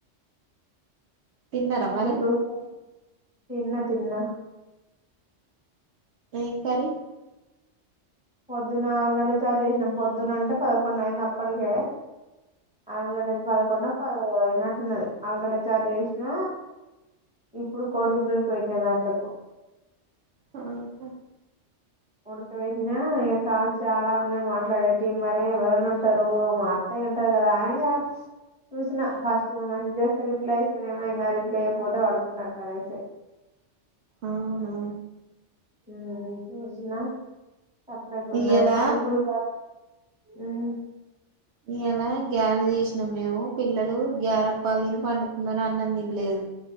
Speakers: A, on the right; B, in the centre.
A: తిన్నారా
B: అలా
A: మరి
B: దోస్త తిన్న తిన్న
A: ఆ ఇంకార
B: పొద్దున్న నాలుగు గంటలు చార్జ్ చేసినాం పొద్దున అంటే పదకొండు అయింది అప్పటికే ఆాలుగు గంటది పదకొడా అన్నట్టున్నది ఆలుగడ చార్జ్ చేసిన ఇప్పుడు కోడిగుడ్డులకు పెట్టిన దాంట్లకు
A: ఆ చెప్
B: ఉడకబెట్టినా ఇగ కాల్స్ చాలా ఉన్నాయి, మాట్లాడేటివి మరె ఎవరైనా ఉంటరు, మా అత్తయి ఉంటది కదా అని చూసిన ఫస్ట్ మెసేజ్ చేస్తే రిప్లై ఇస్తేనేమో ఇంకా రిప్లై అయిపోతే పడుకున్నట్టు అనేసి,
A: ఔనా
B: మ్మ్ చూసిన సప్పుడేకుండే
A: ఇయ్యాల
B: పాని పూరి జాగర్త హ్మ్
A: ఇయ్యాలా గ్యారలు చేసినాం మేము పిల్లలు గ్యారప్పలు దిని పండుకున్నరు అన్నం దినలేదు.